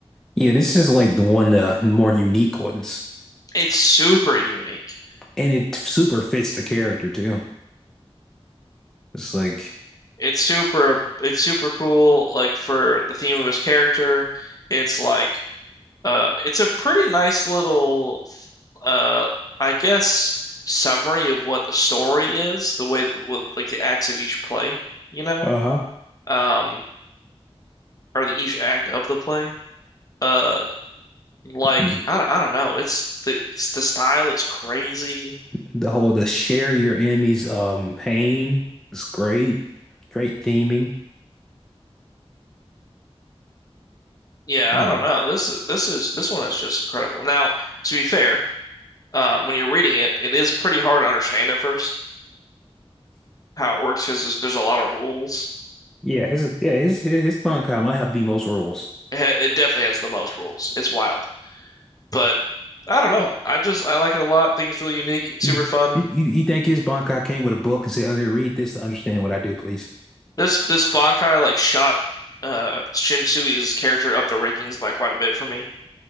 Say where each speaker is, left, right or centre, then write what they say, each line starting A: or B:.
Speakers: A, in the centre; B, on the left (about 35°).
A: Yeah, this is like the one of the more unique ones,
B: It's super unique.
A: and it super fits the character too. It's like
B: It's super it's super cool like for the theme of his character. It's like uh it's a pretty nice little uh I guess summary of what the story is, the way that with like the acts of each play, you know?
A: Uh-huh.
B: Um or the each act of the play. Uh like
A: mm.
B: I don't, I don't know. It's the it's the style is crazy.
A: the whole the share your enemy's um pain is great, great theming.
B: Yeah,
A: Oh,
B: I don't know. This is this is this one is just incredible. Now, to be fair, um, when you're reading it, it is pretty hard to understand at first how it works because there's, there's a lot of rules.
A: yeah, his yeah his his, his Bankai might have the most rules.
B: It, ha it definitely has the most rules. It's wild, but I don't know. I just I like it a lot. I think it's really unique, super
A: Mm.
B: fun.
A: You, you, you think his Bankai came with a book and said, "Okay, read this to understand what I do, please."
B: This this Bankai like shot uh Shinsui's character up the rankings by quite a bit for me.